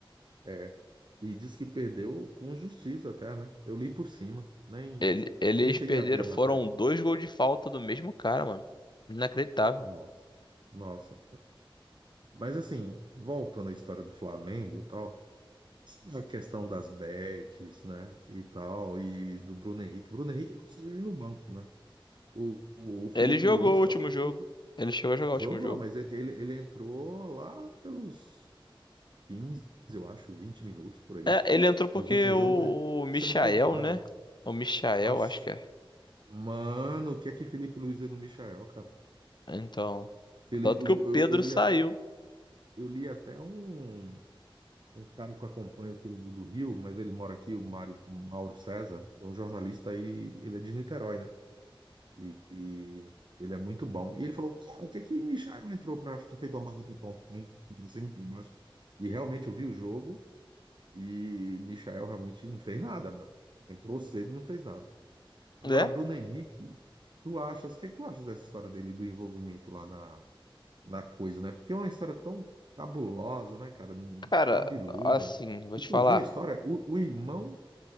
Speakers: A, on the right; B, on the left.
A: É, e diz que perdeu com justiça até, né? Eu li por cima, nem,
B: Ele- eles
A: nem cheguei
B: perderam,
A: a ver a
B: foram
A: matéria toda.
B: dois gols de falta do mesmo cara, mano. Inacreditável.
A: Nossa, nossa. Mas assim, voltando à história do Flamengo e tal. A questão das bets, né? E tal, e do Bruno Henrique. Bruno Henrique só vive no banco, né? O, o o Felipe
B: Ele jogou
A: Luiz,
B: o último
A: que é o técnico,
B: jogo. Ele chegou a jogar o
A: jogou,
B: último jogo.
A: mas ele, ele ele entrou lá pelos 15, eu acho, 20 minutos por aí.
B: É, ele entrou porque
A: Nos últimos
B: o,
A: jogos ele tá
B: o Michael,
A: sendo poupado.
B: né?
A: né?
B: O Michael,
A: Aff,
B: acho que é.
A: mano, o que é que Felipe Luiz é no Michael, cara?
B: Então.
A: Felipe,
B: Tanto
A: o-
B: que o Pedro
A: eu, eu li
B: saiu,
A: até um, eu li até um, um cara que eu acompanho que ele é do Rio, mas ele mora aqui, o Mário, Mauro César, é um jornalista aí, ele é de Niterói, né? E, e ele é muito bom. E ele falou, cara, o que é que Michael entrou para ficar feito uma marca de tonto? Então, sempre tem mais. E realmente eu vi o jogo e Michael realmente não fez nada, mano. Entrou cedo e não fez nada. Agora,
B: né?
A: Bruno Henrique, tu achas, o que é que tu achas dessa história dele, do envolvimento lá na, na coisa, né? Porque é uma história tão cabulosa, né, cara?
B: Cara,
A: Cabeluda.
B: assim, vou
A: E
B: te
A: tu
B: falar.
A: viu a história? O, o irmão